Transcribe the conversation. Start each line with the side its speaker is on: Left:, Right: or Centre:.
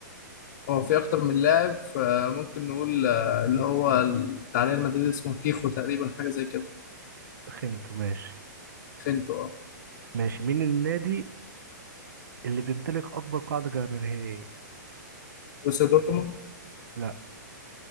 Left: هو في أكتر من لاعب فممكن نقول آه، اللي هو التعليق المدريد اسمه فيخو تقريبا حاجة زي كده
Right: خنته ماشي
Left: خنتو اه
Right: ماشي مين النادي اللي بيمتلك أكبر قاعدة جماهيرية
Left: بروسيا دورتموند
Right: لا